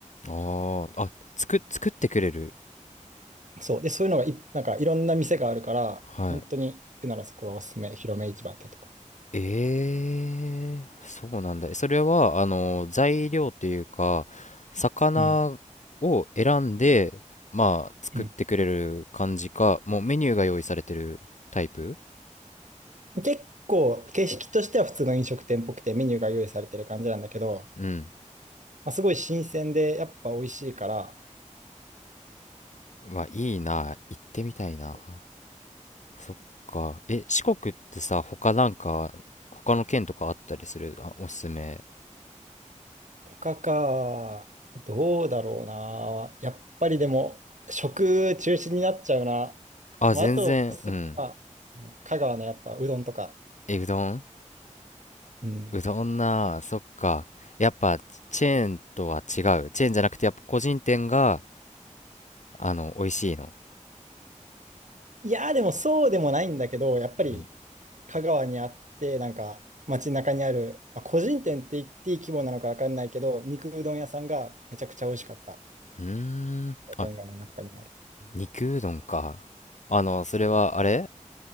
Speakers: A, on the left; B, on the right.
A: あーあ、つく、作ってくれる。
B: そう。で、そういうのがい、なんかいろんな店があるから、
A: はい。
B: 本当に行くならそこがおすすめ、広め市場ってとこ。
A: ええそうなんだ。それは、あの、材料というか、魚を選んで、
B: うん。
A: まあ、作ってくれる感じか、
B: うん
A: もうメニューが用意されてるタイプ
B: 結構、形式としては普通の飲食店っぽくて、メニューが用意されてる感じなんだけど、
A: うん。
B: まあ、すごい新鮮で、やっぱ美味しいから、
A: うわ、いいな。行ってみたいな。
B: そう
A: そっか。え、四国ってさ、他なんか、他の県とかあったりするあ、おすすめ。
B: 他か、どうだろうな。やっぱりでも、食中心になっちゃうな。
A: あ、
B: まあ、
A: 全然、
B: あと、すれば
A: うん。
B: 香川のやっぱうどんとか。
A: え、うどん
B: うん。
A: うどんなあ、そっか。やっぱチェーンとは違う。チェーンじゃなくて、やっぱ個人店が、あの、美味しいの。
B: いやー、でもそうでもないんだけど、やっぱり
A: うん。
B: 香川にあって、なんか街中にある、まあ、個人店って言っていい規模なのかわかんないけど、肉うどん屋さんがめちゃくちゃ美味しかった。
A: うーん。
B: 商店街の中にある。
A: あ、
B: うん
A: 肉うどんか。あの、それは、
B: そ
A: あれ